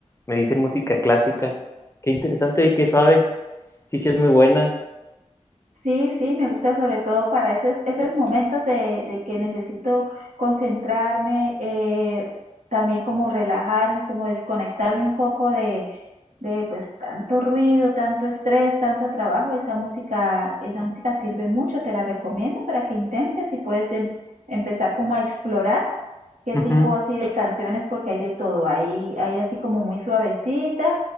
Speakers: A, on the left (about 20°); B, on the right (about 80°).
A: me dicen música clásica. Qué interesante y qué suave, sí, sí es muy buena.
B: Sí, sí, me gusta sobre todo para esos, esos momentos de, de que necesito concentrarme, eh, también como relajarme, como desconectarme un poco de, de pues tanto ruido, tanto estrés, tanto trabajo. Esa música, esa música sirve mucho, te la recomiendo para que intentes y puedes em- empezar como a explorar qué
A: Ujú.
B: tipo así de canciones, porque hay de todo. Hay, hay así como muy suavecita,